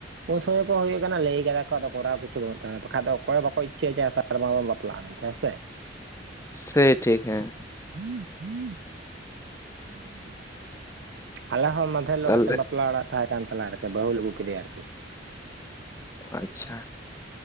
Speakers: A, on the right (about 65°); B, on the left (about 15°).
A: ᱩᱱᱥᱚᱢᱚᱭ ᱠᱚ ᱦ ᱦᱩᱭᱩᱜ ᱠᱟᱱᱟ ᱞᱟᱹᱭᱫᱟ ᱠᱚ ᱟᱫᱚ ᱠᱚᱨᱟᱣ ᱠᱤᱪᱷᱩ ᱵᱟᱹᱱᱩᱜᱟᱱᱟ ᱵᱟᱠᱷᱟᱱ ᱫᱚ ᱚᱠᱚᱭ ᱦᱚᱸ ᱵᱟᱠᱚ ᱤᱪᱷᱭᱟ ᱡᱮ ᱥᱮ ᱥᱟᱨᱢᱟ ᱵᱟᱯᱞᱟᱜᱼᱟ ᱾ ᱮᱱᱛᱷᱮ ᱥᱮ?
B: ᱥᱮᱭ ᱴᱷᱤᱠ ᱦᱮᱸ
A: ᱦᱸ ᱦᱮᱸ <unintelligible> ᱦᱮᱸ ᱾ ᱟᱞᱮ ᱦᱚᱸ ᱢᱟᱫᱷᱮᱨ ᱦᱤᱞᱳᱜ
B: ᱛᱟᱦᱚᱞᱮ
A: ᱢᱤᱫᱴ ᱵᱟᱯᱞᱟᱲᱟᱜ ᱛᱟᱦᱮᱸ ᱠᱟᱱ ᱛᱟᱞᱮ ᱟᱨᱠᱤ ᱵᱟᱹᱦᱩ ᱞᱮ ᱟᱹᱜᱩ ᱠᱮᱫᱮᱭᱟ ᱟᱨᱠᱤ ᱾
B: ᱟᱪᱪᱷᱟ